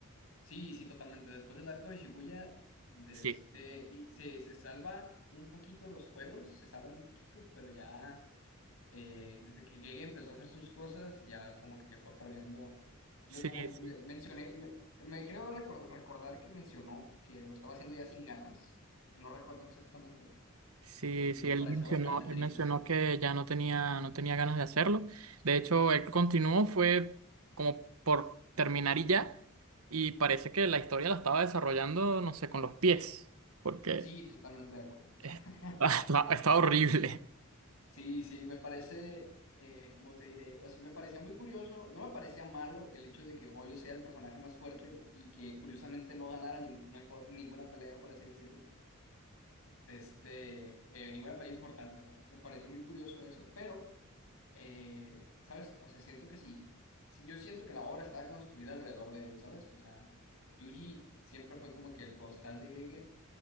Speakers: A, on the left; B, on the right.
A: Sí, sí, totalmente. Después del arco de Shibuya, de
B: Sí,
A: este, y se, se salva un poquito los juegos, se salvan un poquito, pero ya. eh, desde que llegué empezó a hacer sus cosas, ya como que fue perdiendo. Lo,
B: sí,
A: como que
B: sí.
A: le- mencioné, me, me creo recor- recordar que mencionó que lo estaba haciendo ya sin ganas, no recuerdo exactamente,
B: Sí,
A: y
B: sí,
A: me
B: él
A: pareció
B: mencionó,
A: bastante triste,
B: él mencionó
A: ¿sabes?
B: que ya no tenía, no tenía ganas de hacerlo. De hecho, él continuó, fue como por terminar y ya. Y parece que la historia la estaba desarrollando, no sé, con los pies, porque
A: Sí, totalmente de acuerdo.
B: es-
A: <laughs>
B: <laughs> está, está horrible,
A: Sí, sí, me parece, eh, ¿cómo te diré? O sea, me parecía muy curioso, no me parecía malo el hecho de que Goyo sea el personaje más fuerte y que curiosamente no ganara ninguna, co- ninguna pelea, por así decirlo. de este, eh, ninguna pelea importante, ¿no? Me pareció muy curioso eso, pero, eh, ¿sabes? O sea, siento que sí, sí, yo siento que la obra estaba construida alrededor de él, ¿sabes? O sea, Yuji siempre fue como que el costal de Gege,